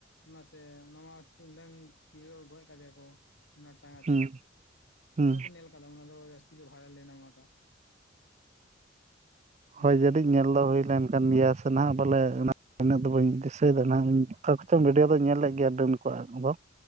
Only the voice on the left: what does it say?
ᱚᱱᱟ ᱥᱮ ᱱᱚᱣᱟᱫ ᱛᱤᱱᱟᱹᱜ ᱯᱤᱭᱟᱹᱣ ᱜᱚᱡ ᱠᱟᱫᱮᱭᱟ ᱠᱚ ᱚᱱᱟ ᱴᱟᱸᱜᱟ ᱛᱮ
ᱚᱱᱟ
ᱢᱟᱛᱚ ᱱᱮᱞ ᱠᱟᱫᱟᱢ ᱚᱱᱟ ᱫᱚ ᱡᱟᱹᱥᱛᱤ ᱜᱮ ᱵᱷᱟᱭᱨᱟᱞ ᱞᱮᱱᱟ ᱚᱱᱟ ᱴᱟᱜ ᱧᱮᱞ
ᱠᱟᱫᱟᱢ
ᱥᱮ
ᱵᱟᱝ